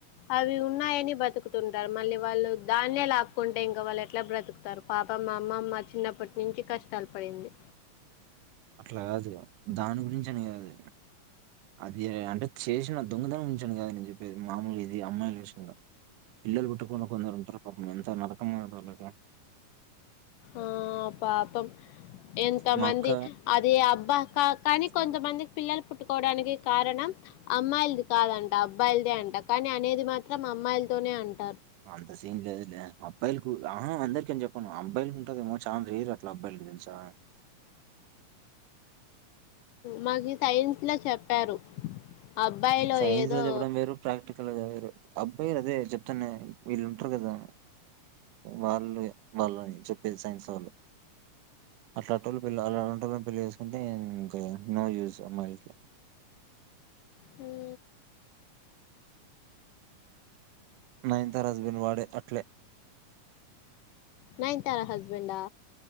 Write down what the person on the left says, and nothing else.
అవి ఉన్నాయని బతుకు కుతుంటారు మళ్ళీ వాళ్ళు దాన్నే లాక్కుంటే ఇంక వాళ్ళు ఎట్ల బ్రతుకుతారు పాపమ్ మా అమ్మమ్మ చిన్నప్పటి నుంచి కష్టాలు పడింది
ఆ పాపం ఎంత
మంది
అదే అబ్ బ కానీ
కొంతమందికి పిల్లలు పుట్టుకోవడానికి కారణం అమ్మాయిలది కాదంట అబ్బాయిలదే అంట కానీ అనేది మాత్రం అమ్మాయిలతోనే అంట
మాకు సైన్స్ లో చెప్పారు అబ్బాయిలో
ఏదో
హూ
నయనతార హస్బెండా